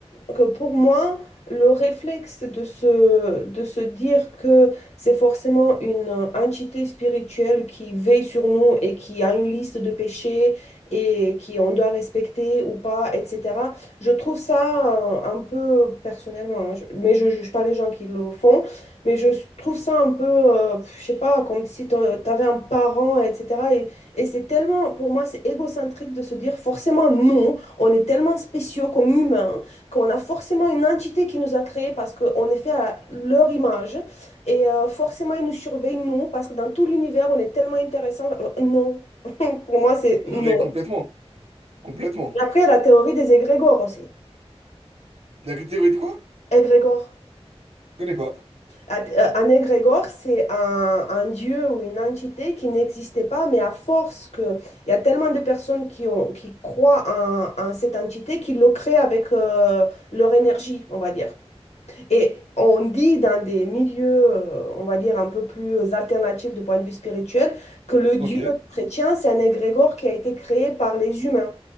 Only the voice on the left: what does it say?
que pour moi, le réflexe de se, de se dire que c'est forcément une entité spirituelle qui veille sur nous et qui a une liste de péchés et qui on doit respecter ou pas, etc. Je trouve ça euh, un peu personnellement, hein, je- mais je juge pas les gens qui le font, mais je trouve ça un peu, euh, je sais pas, comme si tu avais un parent, etc. Et, et c'est tellement, pour moi, c'est égocentrique de se dire forcément non. On est tellement spéciaux comme humains qu'on a forcément une entité qui nous a créés parce qu'on est fait à leur image et euh, forcément ils nous surveillent, nous, parce que dans tout l'univers, on est tellement intéressant. Euh, non, <laughs> pour moi, c'est non.
Et après, il y a la théorie des égrégores aussi.
Égrégore.
euh, Un égrégore, c'est un, un dieu ou une entité qui n'existait pas, mais à force que il y a tellement de personnes qui ont, qui croient en, en cette entité qu'ils le créent avec euh, leur énergie, on va dire. Et on dit dans des milieux, euh, on va dire, un peu plus alternatifs de point de vue spirituel, que le
Dieu chrétien, c'est un égrégore qui a été créé par les humains.